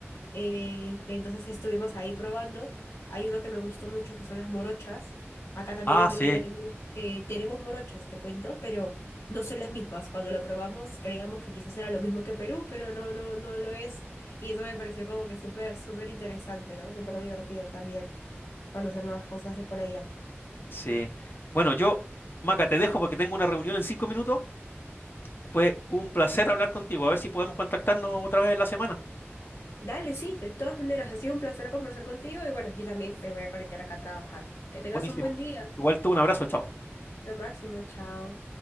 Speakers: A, on the left (about 85°); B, on the left (about 50°).
A: Eh, este, entonces estuvimos ahí probando. Hay uno que me gustó mucho, que son las morochas. Acá también
B: Ah,
A: en Perú
B: sí.
A: tenemos, eh, tenemos morochas, te cuento, pero no son las mismas. Cuando lo probamos creíamos que quizás era lo mismo que Perú, pero no, no, no lo es. Y eso me pareció como que súper, súper interesante, ¿no? Súper divertido también conocer nuevas cosas de por allá.
B: Sí. Bueno, yo, Maca, te dejo porque tengo una reunión en cinco minutos. Fue un placer hablar contigo. A ver si podemos contactarnos otra vez en la semana.
A: Dale, sí, de todas maneras, ha sido un placer conversar contigo y bueno, yo también me voy a conectar acá a trabajar. Que tengas
B: Buenísimo.
A: un buen día.
B: Igual tú, un abrazo, chao.
A: Lo máximo, chao.